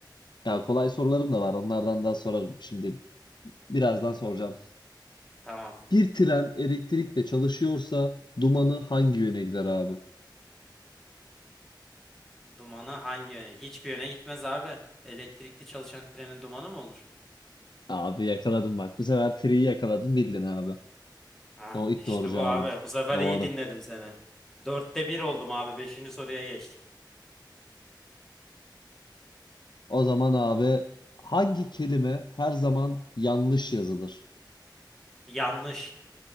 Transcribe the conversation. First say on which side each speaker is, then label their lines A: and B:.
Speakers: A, on the left; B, in the centre.
A: Ya kolay sorularım da var. Onlardan daha sorarım şimdi. Birazdan soracağım.
B: Tamam.
A: Bir tren elektrikle çalışıyorsa dumanı hangi yöne gider abi?
B: Dumanı hangi yöne? Hiçbir yöne gitmez abi. Elektrikli çalışan trenin dumanı mı olur?
A: Abi yakaladın bak. Bu sefer triyi yakaladın bildin abi.
B: Ah
A: O ilk
B: işte
A: doğru cevabın.
B: bu abi. Bu sefer
A: Doğru.
B: iyi dinledim seni. Dörtte bir oldum abi. Beşinci soruya geçtik.
A: O zaman abi hangi kelime her zaman yanlış yazılır?
B: Yanlış